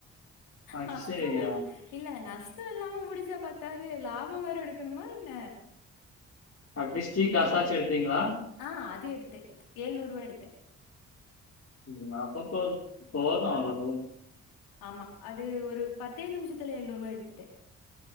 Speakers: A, on the left (about 45°); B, on the left (about 80°).
A: அட்சயா!
B: நஷ்டோ இல்ல இல்ல நஷ் டோ இல்லாம முடிச்சா பத்தாது லாபோ வேற எடுக்கணுமா என்ன
A: அட்லீஸ்ட் டீ காசாச்சும் எடுத்தீங்களா?
B: ஆ அது எடுத்தே எழுநூரூவா எடுத்தே
A: ம் ஆ பத்தாது போதூ
B: ஆ
A: அது போதூ
B: ஆமா அது ஒரு பத்தே நிமிஷத்துல எழ்நூறுவா எடுத்துட்டே